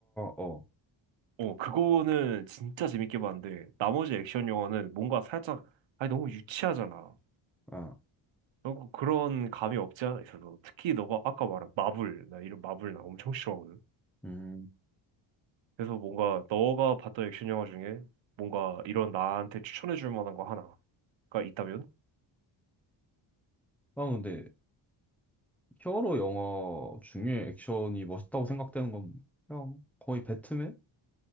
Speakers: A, in the centre; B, on the right.
A: 어,
B: 어, 그거는 진짜 재밌게 봤는데 나머지 액션 영화는 뭔가 살짝 아니 너무 유치하잖아.
A: 아.
B: 너무 그런 감이 없지 않아 있어서 특히 너가 아까 말한 마블 나 이런 마블 나 엄청 싫어하거든.
A: 음.
B: 그래서 뭔가 너가 봤던 액션 영화 중에 뭔가 이런 나한테 추천해 줄 만한 거 하나가 있다면?
A: 난 근데 히어로 영화 중에 액션이 멋있다고 생각되는 건 그냥 거의 배트맨?